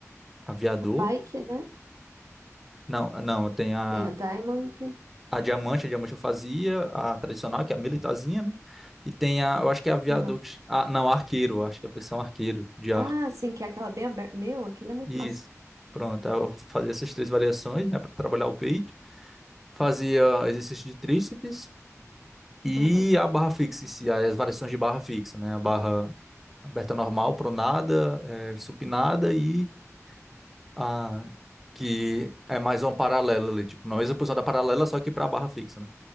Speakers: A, in the centre; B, on the right.
A: aviador.
B: A Pike, né?
A: Não, não, tem a
B: Tem a Diamond.
A: a diamante, a diamante eu fazia, a tradicional, que é a militarzinha, né? E tem a, eu acho que é a viadux,
B: Aham.
A: ah, não, arqueiro, eu acho que é a posição arqueiro, de arco.
B: Ah, sim, que é aquela bem aberta. Meu, aquilo é muito
A: Isso.
B: massa.
A: Pronto, aí eu fazia essas três variações, né, para trabalhar o peito. Fazia exercício de tríceps e
B: Aham.
A: a barra fixa, em si, as variações de barra fixa, né? A barra aberta normal, pronada, eh, supinada e a que é mais uma paralela ali, tipo, na mesma posição da paralela, só que para a barra fixa, né?